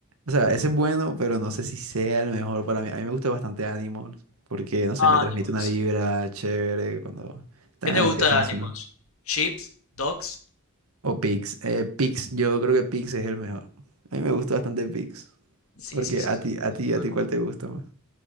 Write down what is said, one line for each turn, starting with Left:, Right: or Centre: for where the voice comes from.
Right: O sea, ese es bueno, pero no sé si sea el mejor para mí. A mí me gusta bastante Animals, porque, no sé,
Left: Animals,
Right: me transmite una vibra
Left: sí.
Right: chévere cuando ta,
Left: ¿Qué te gusta
Right: empiezan
Left: de Animals?
Right: a sonar.
Left: ¿Ships? ¿Dogs?
Right: O Pix. Eh, Pix, yo creo que Pix es el mejor. A mí me gusta bastante Pix.
Left: Sí,
Right: Porque
Left: sí, sí.
Right: a
Left: sí.
Right: ti, a ti, a
Left: Bueno,
Right: ti, ¿cuál te gusta más?